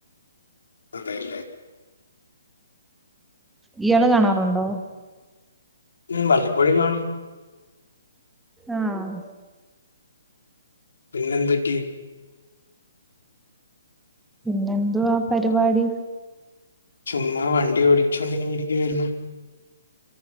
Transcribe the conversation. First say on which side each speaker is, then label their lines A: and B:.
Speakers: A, on the left; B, in the centre.
A: അതെയല്ലേ
B: ഇയാള് കാണാറുണ്ടോ?
A: മ് വല്ലപ്പോഴും കാണും
B: ആഹ്
A: പിന്നെന്തറ്റി
B: പിന്നെന്തുവാ പരിപാടി
A: ചുമ്മാ വണ്ടി ഓടിച്ചോണ്ട് ഇങ്ങനെ ഇരിക്കുവായിരുന്നു